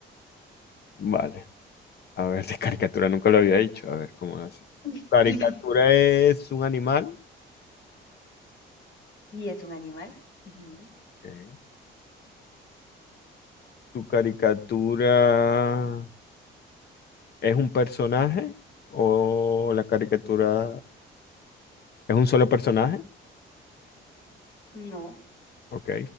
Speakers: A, on the left; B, on the left.
A: Vale. A ver, <laughs> de caricatura nunca lo había dicho. A ver, ¿cómo hace?
B: <laughs>
A: Caricatura es un animal.
B: ¿Y es un animal? Ujú.
A: Ok. Tu caricatura ¿Es un personaje o la caricatura es un solo personaje?
B: No.
A: Ok.